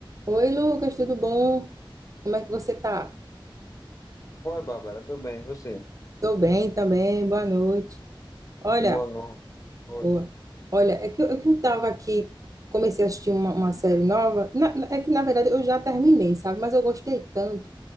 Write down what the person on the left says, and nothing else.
Oi, Bárbara, tudo bem? E você?
Boa no- noite.